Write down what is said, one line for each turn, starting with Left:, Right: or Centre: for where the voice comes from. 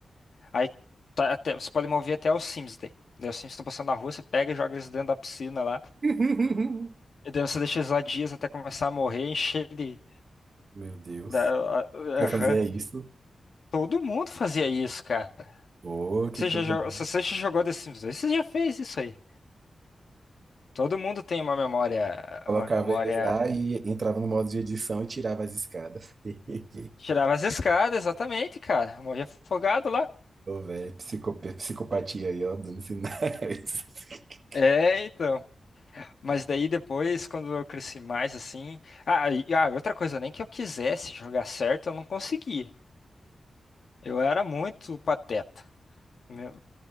Left: Aí tá até- você pode mover até os Sims daí. Daí os Sims estão passando na rua, você pega e joga eles dentro da piscina lá.
Right: <laughs>
Left: E daí você deixa eles lá dias até começar a morrer, encher de.
Right: Meu Deus.
Left: Da, a-
Right: eu
Left: aham.
Right: fazia isso?
Left: Todo mundo fazia isso, cara.
Right: Pô, que
Left: Você
Right: coisa.
Left: já, jo- se você já jogou The Sims 2, você já fez isso aí. Todo mundo tem uma memória.
Right: Colocava
Left: Uma memória.
Right: eles lá e entrava no modo de edição e tirava as escadas. <laughs>
Left: Tirava as escadas, exatamente, cara. Morria afogado lá.
Right: Ô, velho, psicope- psicopatia aí, ó, dando sinais. <laughs>
Left: É, então. Mas daí depois, quando eu cresci mais assim. Ah, e, ah, outra coisa, nem que eu quisesse jogar certo, eu não conseguia. Eu era muito pateta. Meu-